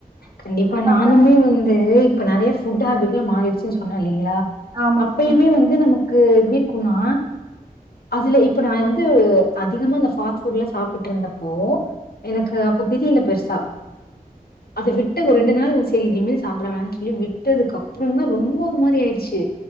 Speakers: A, on the left; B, on the right.
A: கண்டிப்பா நானுமே
B: தா
A: வந்து இப்ப நெறைய புட் ஹேபிட்லா மாறிடுச்சு சொன்ன இல்லீங்களா
B: ஆமா
A: அப்பயுமே
B: ஆமா
A: வந்து நமக் கு எப்டி இருக்குனா அதுல இப்ப நா வந்து அதிகமா அந்த பாஸ்ட் ஃபுட் எல்லா சாப்பிட்டு இருந்தப்போ எனக்கு அப்ப தெரில பெருசா அதை விட்டு ஒரு ரெண்டு நாள் செய்து மிஸ் சாப்பிட வேணாம்னு சொல்லி விட்டதுக்கு அப்புற தா ரொம்ப ஒரு மாரி ஆயிடுச்சு